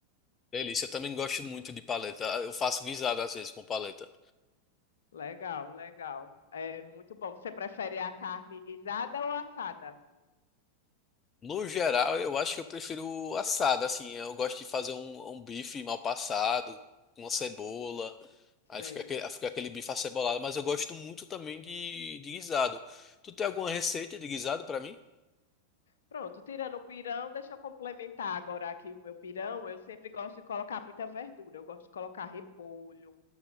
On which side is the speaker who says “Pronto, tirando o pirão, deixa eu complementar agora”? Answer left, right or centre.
Left